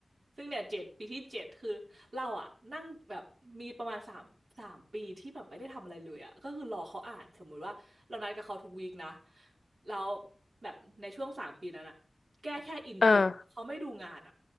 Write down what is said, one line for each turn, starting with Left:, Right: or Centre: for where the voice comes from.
Right: ซึ่งเนี่ยเจ็ดปีที่เจ็ดคือเราอะนั่งแบบมีประมาณสามสามปีที่แบบไม่ได้ทำอะไรเลยอะก็คือรอเขาอ่านสมมุติว่าเรานัดกับเขาทุกวีคนะแล้วแบบในช่วงสามปีนั้นอะแก้แค่อินโทรเขาไม่ดูงานอะ
Left: เออ